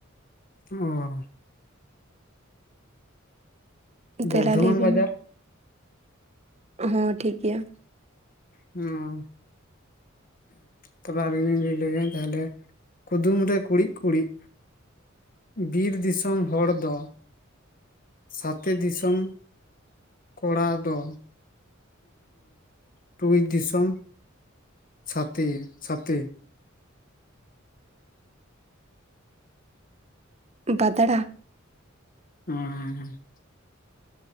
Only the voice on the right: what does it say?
ᱛᱮᱞᱟ
ᱞᱟᱹᱭ ᱵᱤᱱ
ᱢᱟ ᱦᱚᱸ ᱴᱷᱤᱠ ᱜᱮᱭᱟ
ᱵᱟᱫᱽᱲᱟ